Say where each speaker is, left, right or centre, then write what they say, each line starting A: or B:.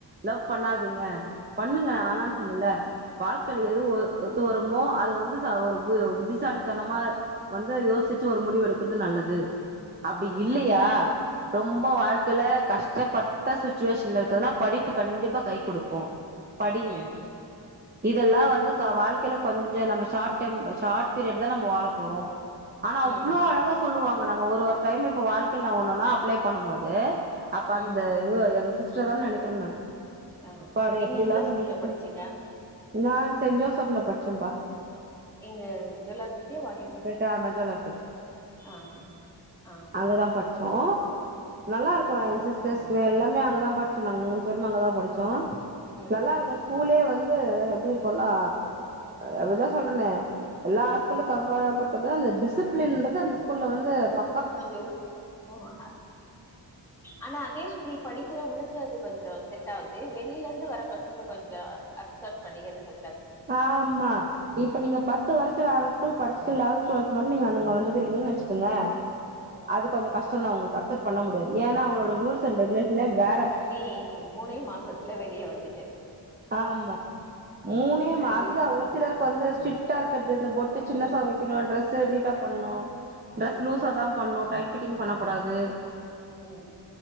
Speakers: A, on the right (about 20°); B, in the centre.
A: லவ் பண்ணாதீங்க பண்ணுங்க நா
B: ஆ
A: வேண்ன் சொல்லுல வாழ்க்கைல எது ஒ ஒத்து வருமோ அது வந்து ச ஒரு புய புத்திசாலி தனமா வந்து யோசிச்சு ஒரு முடிவு எடுக்குற்து நல்லது அப்டி
B: ம்
A: இல்லையா ரொம்ப வாழ்க்கைல கஷ்ட்டப்பட்ட சுச்சுவேஷன்ல இருக்கதுனா படிப்பு கண்டிப்பா கை குடுக்கு படிங்க
B: ம்
A: இதல்லா வந்து க வாழ்க்கைல கொஞ்ச நம்ம ஷாட் டெம் ஷார்ட் பீரியட்தா நம்ம வாழ போறோ ஆனா அவ்ளோ
B: ம்
A: அழகா சொல்லுவாங்க நாங்க ஒரு ஒரு டைம் இப்போ வாழ்க்கைல நா ஒன்னுன்னா அப்ளே பண்ணும்மோது அப்ப அந்த
B: ம்
A: இவோ எங்க சிஸ்டர் தான் நெனக்கிற நான்
B: ஆ
A: பாட
B: நீங்க
A: எப்புடிலா
B: எந்த
A: சொல்லி
B: ஸ்கூல்ல
A: குடுத்த
B: படிச்சீங்க
A: நா சென்ட் ஜோசப்ல படிச்சேம்ப்பா
B: இங்க ஜுவல்லார்பட்டியா வாணியம்மு
A: டாம ஜோலார்பேட்ட
B: அ அ
A: ங்கதா பட்ச்சோ நல்லாருக் கோ எங் சிஸ்டர்ஸ்கு எல்லாமே அங்கதா பட்ச்சோ நாங் மூணு பேருமே அங்கதா படிச்சோ
B: ம்
A: நல்லாருக்கு கூலே வந்து எப்டி இருக்குன்னா அப்டிதா சொல்றனே எல்லா ஸ்கூலுக் அப்பாபட்டது அந்த டிசிப்லின்ற்து அந்த ஸ்கூல்ல வந்து ப
B: கொஞ்ச உ <unintelligible> அனா அதே ஸ்கூல் படிகிறவ்ங்ளுக்கு அது கொஞ்சோ செட் ஆவுது வெளிலர்ந்து வர பசங்க கொஞ்ச அக்சப்ட் பண்ணிக்கற்து கஸ்
A: ஆம்மா இப்ப நீங்க பத்து வர்ஸ் ட்டு வேற ஸ்கூல் படிச்டு லவன்த் டுவெ்த் மட்டும் நீங்க வந்துறிக்க வச்சுகுங்க
B: ம்
A: அது கொஞ்ச கஷ்டந்தா உங்களுக்கு அக்சப்ட் பண்ண முடியாது ஏனா அவங்ளோட ரூல்ஸ் அண் ரெகுலேஷனே வேற
B: நீ மூனே மாசத்துல வெளிய வந்துடே
A: ஆமா மூனே மா
B: ஐய
A: அதுதா ஒரு சிலருக்கு வந்து ஸ்ட்ரிக்டா இருக்கிறது இந்த பொட்டு
B: ம்
A: சின்ன சா இன்னோன்னு டிரெஸ் நீட்டா போட்ணு டிரெஸ்
B: ம்
A: லூஸா தா பண்ணும் டைட் பிட்டிங் பண்ணக்கூடாது
B: ம்